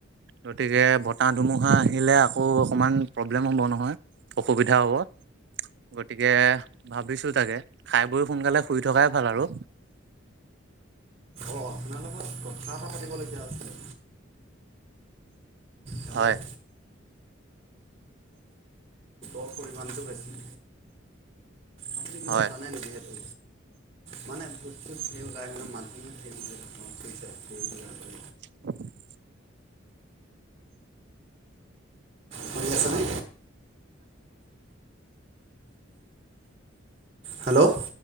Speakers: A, on the right (about 55°); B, on the right (about 30°).
A: গতিকে বতাহ, ধুমুহা আহিলে আকৌ অকণমান প্ৰব্লেম হ'ব নহয়। অসুবিধা হ'ব গতিকে ভাবিছো তাকে খাই বৈ সোনকালে শুই থকাই ভাল আৰু
B: অঁ আপোনাৰ লগত কথা এটা পাতিবলগীয়া আছিলে হেল্ল'
A: হয়।
B: অঁ অ' পৰিমাণটো বেছি। আপুনি কিবা
A: হয়।
B: জানে নেকি সেইটো মানে <unintelligible>
A: <inaudible>
B: হেনো মানুহ ধেৰ মৰে ঘৰত চুইচাইড কৰি কিবা কৰি
A: <inaudible>
B: শুনি আছেনে? হেল্ল'